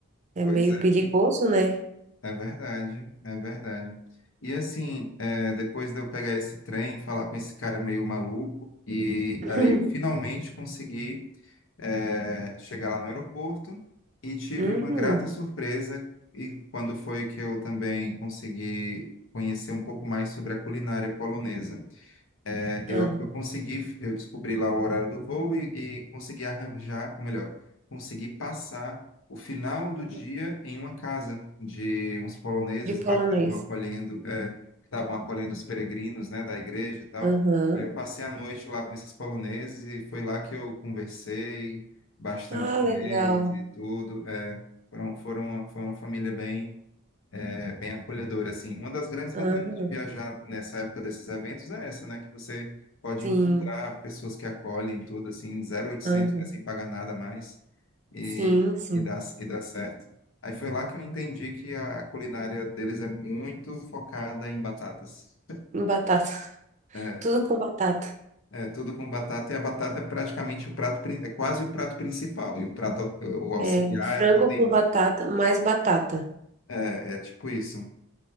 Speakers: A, on the right; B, on the left.
A: É
B: Pois
A: meio
B: é.
A: perigoso, né?
B: É verdade, é verdade. E assim, é, depois de eu pegar esse trem, falar com esse cara meio maluco, e
A: <laughs>
B: aí eu finalmente consegui, é, chegar lá no aeroporto e tive
A: Uhum.
B: uma grata surpresa. E quando foi que eu também consegui conhecer um pouco mais sobre a culinária polonesa. É, eu,
A: Ah,
B: eu consegui, eu descobri lá o horário do voo e, e consegui arranjar, ou melhor, consegui passar o final do
A: aham.
B: dia em uma casa de uns poloneses
A: De polonês.
B: lá que estavam acolhendo, é, que estavam acolhendo os peregrinos, né, da igreja e tal.
A: Aham.
B: E Aí Eu passei a noite lá com esses poloneses e foi lá que eu conversei bastante
A: Ah,
B: com
A: legal.
B: eles e tudo. É, foram, foram uma, foi uma família bem é bem acolhedor, assim. Uma das grandes vantagens
A: Aham.
B: de viajar nessa época desses eventos é essa, né? Que você pode
A: Sim.
B: encontrar pessoas que acolhem e tudo, assim, 0800,
A: Aham.
B: né? Sem pagar nada mais e,
A: Sim, sim.
B: e dá, e dá certo. Aí foi lá que eu entendi que a, a culinária deles é muito focada em batatas.
A: Em batata. <laughs>
B: É
A: Tudo com batata.
B: é tudo com batata, e a batata é praticamente o prato, prin- é quase o prato principal, e o prato, au- o auxiliar
A: É frango
B: é a proteína.
A: com batata, mais batata.
B: É, é tipo isso.